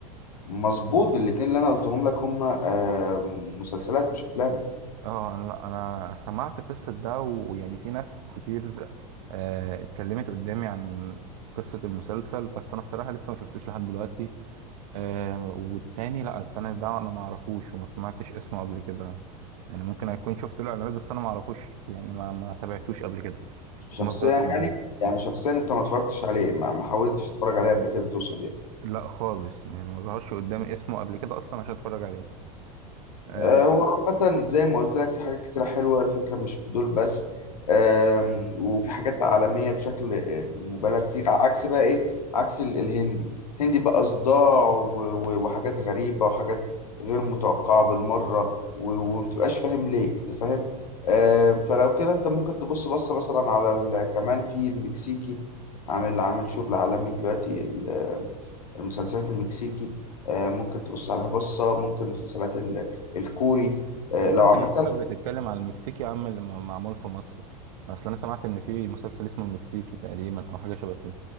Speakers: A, on the left; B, on the right.
A: مظبوط الاتنين اللي انا قلتهم لك هم آه، مسلسلات مش افلام
B: اه انا لا، انا سمعت قصة ده ويعني في ناس كتير آه، اتكلمت قدامي عن قصة المسلسل بس انا الصراحة لسه ما شفتوش لحد دلوقتي آه، والتاني لا التاني ده انا ما اعرفوش وما سمعتش اسمه قبل كده يعني ممكن اكون شفت له اعلانات بس انا ما اعرفوش يعني ما ما تابعتوش قبل كده
A: شخصيا
B: وما ظهرش قدامي
A: يعني يعني شخصيا انت ما اتفرجتش عليه ما ما حاولتش تتفرج عليه قبل كده تقصد يعني
B: لا خالص يعني ما ظهرش قدامي اسمه قبل كده اصلا عشان اتفرج عليه آه،
A: آه، هو عامة زي ما قلت لك في حاجات كتيرة حلوة الفكرة مش في دول بس آم، وفي حاجات عالمية بشكل آه، مبالغ فيه عكس بقى إيه عكس ال- الهندي الهندي بقى صداع و- و- وحاجات غريبة وحاجات غير متوقعة بالمرة و- ومتبقاش فاهم ليه أنت فاهم آم، فلو كده أنت ممكن تبص بصة مثلا على ال- كمان في المكسيكي عامل عامل شغل عالمي دلوقتي ال- المسلسلات المكسيكي آه، ممكن تبص عليها بصة ممكن مسلسلات الكوري آه،
B: انا
A: لو
B: كنت
A: عامة
B: بحسبك بتتكلم على المكسيكي يا عم اللي م- معمول في مصر اصل انا سمعت ان في مسلسل اسمه المكسيكي تقريبا او حاجه شبه كده